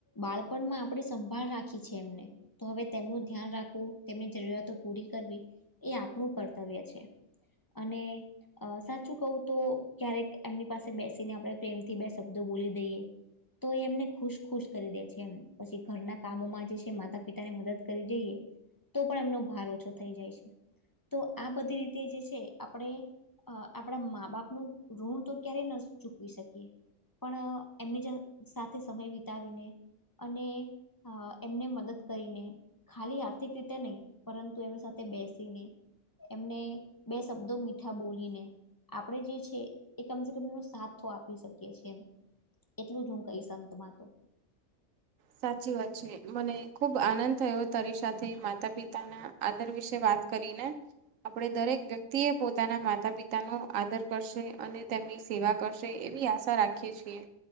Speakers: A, on the left; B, on the right.
A: બાળપણમાં આપણી સંભાળ રાખી છે એમને, તો હવે તેમનું ધ્યાન રાખવું. તેમની જરૂરિયાતો પૂરી કરવી એ આપણું કર્તવ્ય છે. અને સાચું કવું તો, ક્યારેક એમની પાસે બેસીને આપણે પ્રેમ થી બે શબ્દો બોલી દઈએ. તો એ એમને ખુશ ખુશ કરી દે છે એમ, પછી ઘરના કામોમાં જે છે, માતા-પિતા ને મદદ કરી જઈએ. તો પણ એમનો ભાર ઓછો થઈ જાય છે, તો આ બધી રીતે જે છે, આપણે અ આપડા મા-બાપ નું ઋણ તો ક્યારે ન ચૂકવી શકીએ. પણ એમની સાથે સમય વિતાવીને. અને એમને મદદ કરીને, ખાલી આર્થિક રીતે નહીં પરંતુ એમની સાથે બેસીને એમને બે શબ્દો મીઠા બોલીને આપણે જે છે, એ કમસે કમ એનો સાથ તો આપી શકીએ. છે, એટલું જ હું કહીશ અંતમા તો.
B: સાચી વાત છે, મને ખુબ આનંદ થયો તારી સાથે માતા- પિતાના આદર વિશે વાત વાત કરીને આપણે દરેક વ્યક્તિ એ પોતાના માતા-પિતાનો આદર કરશે અને તેમની સેવા કરશે. એવી આશા રાખીએ છીએ